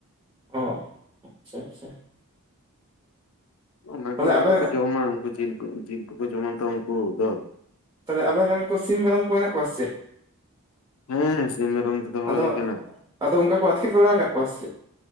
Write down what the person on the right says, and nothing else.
ᱚ ᱟᱪᱪᱷᱟ ᱟᱪᱪᱷᱟ
ᱛᱟᱦᱚᱞᱮ
ᱟᱵᱮᱱ
ᱛᱟᱦᱚᱞᱮ ᱟᱵᱮᱱ ᱨᱮᱱ ᱠᱚ ᱥᱤᱢ ᱢᱮᱨᱚᱢ ᱠᱚ ᱢᱮᱱᱟᱜ ᱠᱚᱣᱟ ᱪᱮᱫ?
ᱟᱫᱚ
ᱟᱫᱚ ᱚᱱᱠᱟ ᱠᱚ ᱟᱫᱠᱮᱨ ᱵᱟᱲᱟ ᱟᱠᱟᱫ ᱠᱚᱣᱟ ᱥᱮᱪᱮᱫ